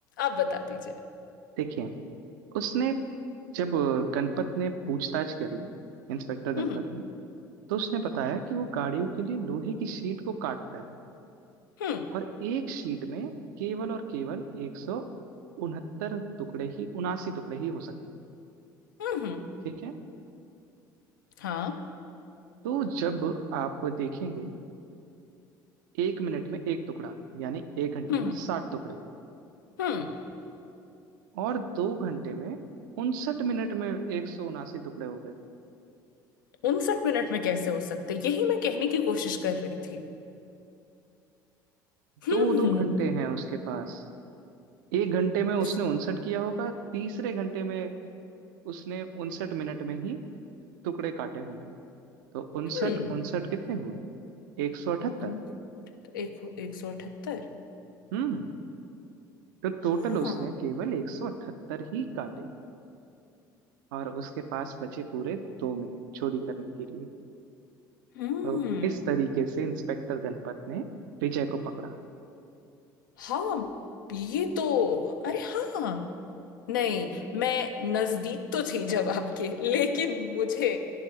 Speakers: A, on the left; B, on the right.
A: आप बता दीजिए
B: देखिए उसने जब गणपत ने पूछताछ करी इंस्पेक्टर गणपत
A: हम्म
B: ने तो उसने बताया कि वो गाड़ियों के लिए लोहे की शीट को काटता है
A: हम्म
B: और एक शीट में केवल और केवल एक सौ उनहत्तर टुकड़े ही उनासी टुकड़े ही हो सकते हैं
A: हम्म हम्म,
B: ठीक है
A: हाँ
B: तो जब आप देखेंगे एक मिनट में एक टुकड़ा यानी एक घंटे
A: हम्म
B: में साठ टुकड़े
A: हम्म
B: और दो घंटे में उनसठ मिनट में एक सौ उनासी टुकड़े हो गए
A: उनसठ मिनट में कैसे हो सकते यही मैं कहने की कोशिश कर रही थी हम्म
B: दो दो घंटे हैं उसके पास एक घंटे में उसने
A: उस
B: उनसठ किया होगा तीसरे घंटे में उसने उनसठ मिनट में ही टुकड़े काटे होंगे तो उनसठ
A: हम्म
B: उनसठ कितने हुए एक सौ अठहत्तर
A: उन एक एक सौ अठहत्तर
B: हम्म तो
A: हाँ
B: टोटल उसने केवल 178 ही काटे और उसके पास बचे पूरे दो मिनट चोरी करने के लिए
A: हम्म
B: तो इस तरीके से इंस्पेक्टर गणपत ने विजय को पकड़ा
A: हाँ ये तो अरे हाँ नहीं मैं नजदीक तो थी जवाब के लेकिन मुझे